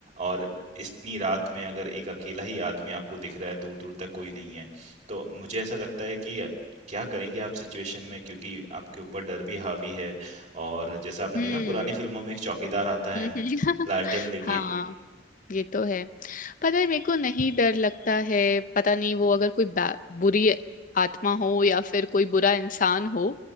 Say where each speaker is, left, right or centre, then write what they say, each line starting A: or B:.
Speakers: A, on the right; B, on the left.
A: और इतनी रात में अगर एक अकेला ही आदमी आपको दिख रहा है, दूर-दूर तक कोई नहीं है, तो मुझे ऐसा लगता है कि क्या करेंगे आप सिचुएशन में क्योंकि आपके ऊपर डर भी हावी है और जैसा आपने
B: हम्म
A: देखा पुरानी फिल्मों में एक चौकीदार आता है
B: हम्म, <laughs>
A: लालटेन लेके
B: हाँ ये तो है पता है मेरे को नहीं डर लगता है पता नहीं वो अगर कोई बा- बुरी आत्मा हो या फिर कोई बुरा इंसान हो